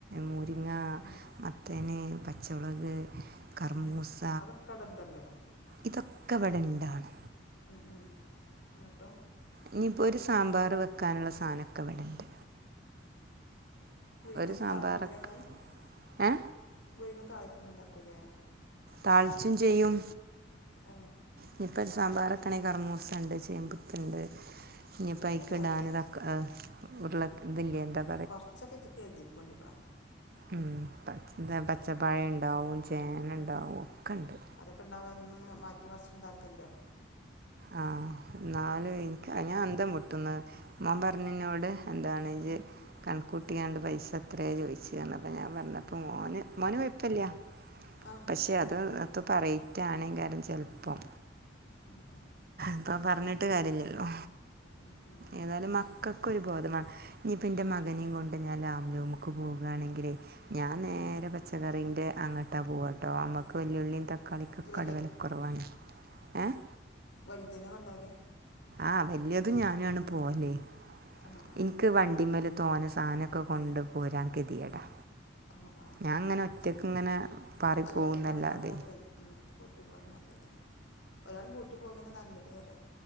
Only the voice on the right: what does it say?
മുരിങ്ങ
മത്തന് പച്ചഒളക് കറ്മൂസ
ഇതൊക്കെ ഇവിടെ ഇണ്ടാണ്.
ഇനിയിപ്പോ ഒരു സാമ്പാർ വയ്ക്കാന്ള്ള സാധനക്കെ ഇവടെണ്ട്.
ഒരു
സാമ്പാറൊക്കെ
ഏ
താൾച്ചും ചെയ്യും
ഇനിപ്പൊ സാമ്പാറക്കണങ്കി കർമൂസണ്ട് ചേ ണ്ട് ഇനി
പയ്കിടാന്
തക്ക ആ ഉരുള ഇതില്ലെ ത
ഉം പച് ന്താ പച്ചപ്പഴം ഉണ്ടാവും ചേനണ്ടാവും
ഒക്കെ ഉണ്ട്.
ആ ന്നാല് ഇൻക് ഞാ അന്തം വിട്ടുന്ന മോൻ പറഞ്ഞിന്നോട് എന്താണ് ജ്ജ്
കൺകൂ ട്ടിങ്ങാണ്ട് പൈസ എത്ര ചോയ്ച്ച ഞാൻ പറഞ്ഞപ്പോ മോന് മോന് കൊയ് പ്പല്ല്യ
പക്ഷെ അത് എത്തും പറയ്റ്റാണെങ്കാരം ചെൽപ്പം.
പ്പൊ പറഞ്ഞിട്ട് കാര്ല്ലല്ലോ
ഏതായാലും
മക്കൾക്കൊ ഒരു ബോധമാണ് ഇഞ്യിപ്പം ഇൻ്റെ മകനിം കൊണ്ട് ഞാൻ ലാംലൂമ്ക്ക് പോവുകയാണെങ്കിൽ ഞാൻ നേരെ
പച്ചക്കറിൻ്റെ അങ്ങട്ടാ പോവട്ടോ നമ്മക്ക് വെല്ലുളിയും തക്കാളിക്കൊക്കെ
വടെവലക്കൊറവാണ് ഏഹ്
ആഹ് വല്യതും ഞാനാണ് പോവല്
ഇന്ക്ക് വണ്ടിമേല് തോന സാധനൊക്കെ കൊണ്ട് പോരാ കെതിയേടാ
ഞാൻ ഇങ്ങനെ
ഒറ്റക്ക്
ഇങ്ങനെ പാറി
പോകുന്നല്ലതെ